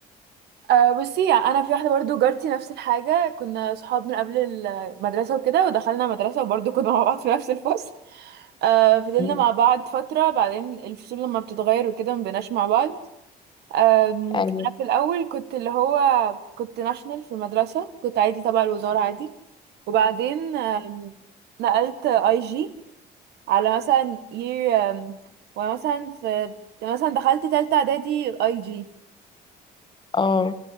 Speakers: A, on the right; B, on the left.
A: آه بصي يعني انا في واحده برضو جارتي نفس الحاجه كنا صحاب من قبل المدرسه وكده ودخلنا مدرسه وبرضو كنا مع بعض في نفس الفصل آه فضلنا
B: مم.
A: مع بعض فتره بعدين الفصول لما بتتغير وكده مبقناش مع بعض أم،
B: يعني
A: انا في الاول كنت اللي هو كنت ناشونال في المدرسه كنت عادي تبع الوزاره عادي وبعدين أم، نقلت اي جي على مثلا year أم، ومثلا في مثلا دخلت تالتة اعدادي اي جي
B: اه